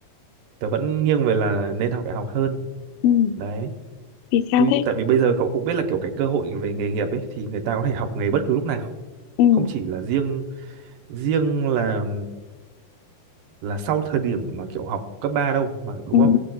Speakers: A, on the right (about 80°); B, on the left (about 80°).
A: tớ vẫn nghiêng về là nên học đại học hơn.
B: ừ.
A: Đấy
B: vì sao
A: tuy
B: thế
A: tại vì bây giờ cậu cũng biết là kiểu cái cơ hội về nghề nghiệp ấy thì người ta có thể học nghề bất cứ lúc nào
B: ừ
A: không chỉ là riêng riêng là là sau thời điểm mà kiểu học cấp 3 đâu mà đúng
B: ừ
A: không